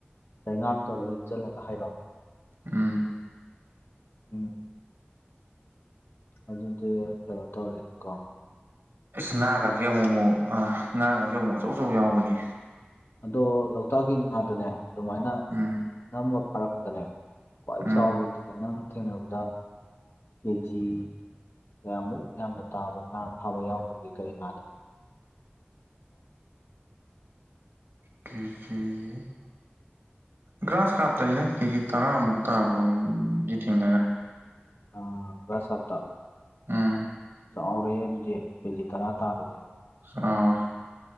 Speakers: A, on the left; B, on the right.
A: ꯆꯩꯉꯥꯛ ꯇꯧꯔꯒ ꯏꯟꯁꯤꯜꯂꯒ ꯍꯥꯏꯔꯣ
B: ꯎꯝ
A: ꯎꯝ ꯑꯗꯨꯗꯤ ꯀꯩꯅꯣ ꯇꯧꯔꯦꯀꯣ
B: ꯑꯁ ꯉꯥꯒꯥꯁꯦ ꯑꯃꯨꯛ ꯑꯃꯨꯛ ꯉꯥꯒꯥꯁꯦ ꯑꯃꯨꯛ ꯑꯆꯧ ꯑꯆꯧ ꯌꯥꯎꯕꯅꯦ
A: ꯑꯗꯣ ꯂꯧꯇꯥꯛꯀꯤ ꯉꯥꯗꯅꯦ ꯑꯗꯨꯃꯥꯏꯅ
B: ꯎꯝ
A: ꯅꯝꯃ ꯐꯥꯔꯛꯄꯗꯅꯦ ꯀ꯭ꯋꯥꯏ
B: ꯎꯝ
A: ꯆꯎꯕ ꯅꯪꯅ ꯊꯦꯡꯅꯕꯗ ꯀꯦꯖꯤ ꯀꯌꯥꯃꯨꯛ ꯌꯥꯝꯅ ꯇꯥꯕ ꯉꯥ ꯐꯥꯕ ꯌꯥꯎꯒꯔꯒꯦ ꯀꯔꯤ ꯉꯥꯗꯣ
B: ꯀꯦꯖꯤ ꯒ꯭ꯔꯥꯁ ꯀꯥꯞꯇꯅꯤꯗ ꯀꯦꯖꯤ ꯇꯔꯥꯃꯨꯛ ꯇꯥꯕꯃꯨꯛꯇꯤ ꯊꯦꯡꯅꯔꯦ
A: ꯑ ꯒꯥꯔꯁꯍꯥꯞꯇ
B: ꯎꯝ
A: ꯆꯥꯎꯔꯦꯍꯦ ꯑꯗꯨꯗꯤ ꯀꯦꯖꯤ ꯇꯔꯥ ꯇꯥꯕꯗꯤ
B: ꯆꯥꯎꯑꯦ